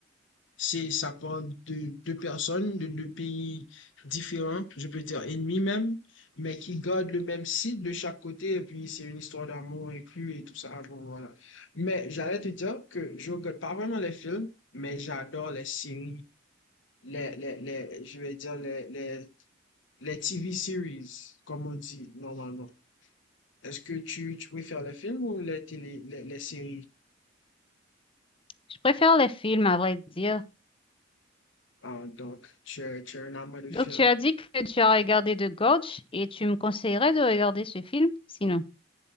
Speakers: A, on the left; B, on the left.
A: Si ça parle de deux personnes, de deux pays différents, je peux dire ennemis même, mais qui gardent le même site de chaque côté, et puis c'est une histoire d'amour inclus et tout ça. Bon, voilà. Mais j'allais te dire que je regarde pas vraiment les films, mais j'adore les séries, les, les, les, je vais dire les, les, les TV series, comme on dit normalement. Est-ce que tu, tu préfères les films ou les télé, les, les séries?
B: Je préfère les films, à vrai dire.
A: Ah, donc, tu es, tu es un amant de films.
B: Donc, tu as dit que tu as regardé The Gorge et tu me conseillerais de regarder ce film, sinon.